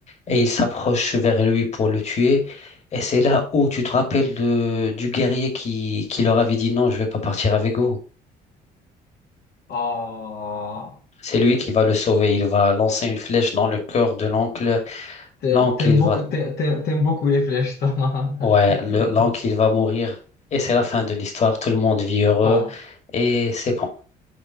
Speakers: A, on the left; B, on the left.
A: et il s'approche vers lui pour le tuer. Et c'est là où tu te rappelles de, du guerrier qui, qui leur avait dit non, je vais pas partir avec vous.
B: Ah,
A: C'est lui qui va le sauver. Il va lancer une flèche dans le cœur de l'oncle.
B: t'aimes
A: L'oncle,
B: t'aimes
A: il
B: beaucoup,
A: va,
B: t'aimes, t'aimes- t'aimes beaucoup les flèches, toi. <laughs>
A: ouais, le- l'oncle, il va mourir. Et c'est la fin de l'histoire. Tout le monde vit heureux.
B: Pas moi,
A: Et c'est bon.